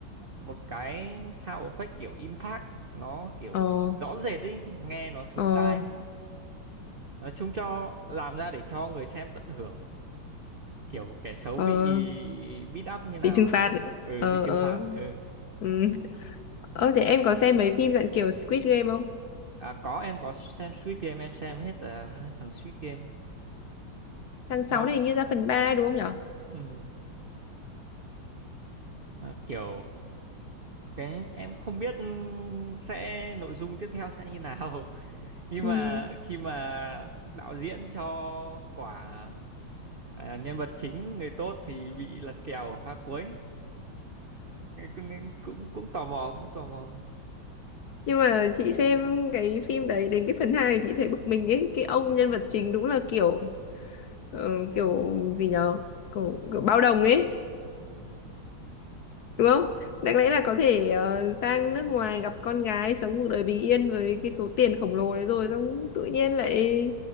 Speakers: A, on the right (about 85°); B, on the left (about 65°).
A: một cái sound effect kiểu impact nó kiểu
B: ờ
A: rõ rệt ấy nghe nó sướng
B: ờ
A: tai nữa nói chung cho làm ra để cho người xem tận hưởng kiểu kẻ xấu
B: ờ
A: bị beat up như nào
B: bị trừng phạt
A: ừ
B: ờ
A: bị trừng
B: ờ
A: phạt ừ
B: ừ Ơ thế em có xem mấy phim dạng kiểu Squid Game không?
A: à, có em có xem Squid Game em xem hết uh, hai phần Squid Game
B: Tháng 6
A: mong
B: này hình như ra phần 3 đúng không nhở?
A: ừ. mà kiểu cái em không biết ừ, sẽ nội dung tiếp theo sẽ như nào <laughs> nhưng
B: Ừ.
A: mà khi mà đạo diễn cho quả à, nhân vật chính người tốt thì bị lật kèo ở pha cuối Cái cũng cũng cũng tò mò cũng tò mò
B: Nhưng mà chị xem cái phim đấy đến cái phần 2 thì chị thấy bực mình ấy, cái ông nhân vật chính đúng là kiểu ờ, kiểu gì nhở? Kiểu, kiểu bao đồng ấy, đúng không? Đáng lẽ là có thể ờ, sang nước ngoài gặp con gái sống cuộc đời bình yên với cái số tiền khổng lồ đấy rồi xong tự nhiên lại